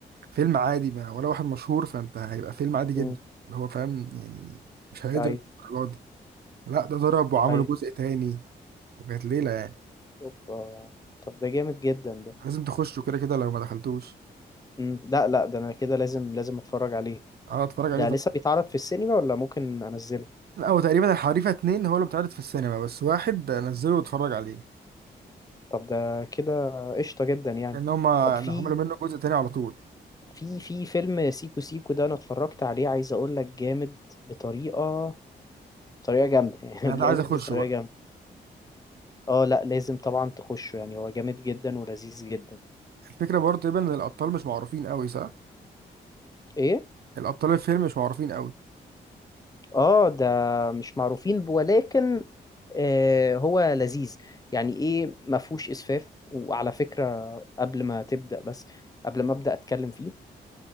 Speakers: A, on the right; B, on the left.
A: فيلم عادي ما ولا واحد مشهور فأنت هيبقى فيلم عادي جدا
B: امم
A: اللي هو فاهم يعني مش هيقدر
B: ايوه
A: الدرجة دي لا ده ضرب وعملوا
B: ايوه
A: جزء تاني وكانت ليلة يعني
B: اوبا طب ده جامد جدا ده
A: لازم تخشوا كده كده لو ما دخلتوش
B: امم لا لا ده انا كده لازم لازم اتفرج عليه
A: اه اتفرج عليه
B: ده
A: طبعا
B: لسه بيتعرض في السينما ولا ممكن انزله
A: لا هو تقريبا الحريفة اتنين هو اللي بيتعرض في السينما بس واحد نزله واتفرج عليه
B: طب ده كده قشطة جدا يعني
A: لأن هما
B: طب
A: يعني
B: في
A: عملوا منه جزء تاني على طول
B: في في فيلم سيكو سيكو ده انا اتفرجت عليه عايز اقول لك جامد بطريقة بطريقة جامدة <laughs> يعني
A: أنا
B: جامد
A: ده عايز أخشه
B: بطريقة
A: بقى
B: جامدة اه لا لازم طبعا تخشه يعني هو جامد جدا ولذيذ جدا
A: الفكرة برضه تقريبا إن الأبطال مش معروفين أوي صح؟
B: ايه
A: الأبطال الفيلم مش معروفين أوي
B: اه ده مش معروفين ب- ولكن آه هو لذيذ يعني ايه ما فيهوش اسفاف وعلى فكرة قبل ما تبدأ بس قبل ما ابدأ اتكلم فيه